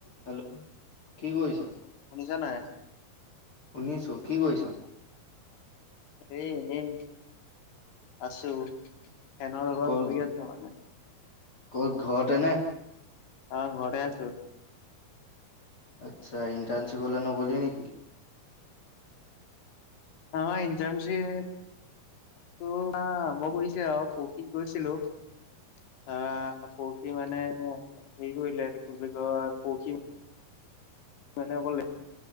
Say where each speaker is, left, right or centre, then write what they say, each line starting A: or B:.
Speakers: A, on the left; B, on the left.
A: Hello কি কৰিছ?
B: শুনিছা নাই?
A: শুনিছো, কি কৰিছ?
B: এ এনেই আছো ফেনৰ লগত
A: ক'ত
B: শুই আছো মানে
A: ক'ত ঘৰতে নে
B: অ ঘৰতে আছো।
A: আচ্ছা ইণ্টাৰ্নশ্বিপ লে নগলি নেকি?
B: আমাৰ ইণ্টাৰ্নশ্বিপ তোৱা আৰম্ভ কৰিছে আও পৰখি গৈছিলো। অ' পৰখি মানে অ' হেৰি কৰিলে মানে অকল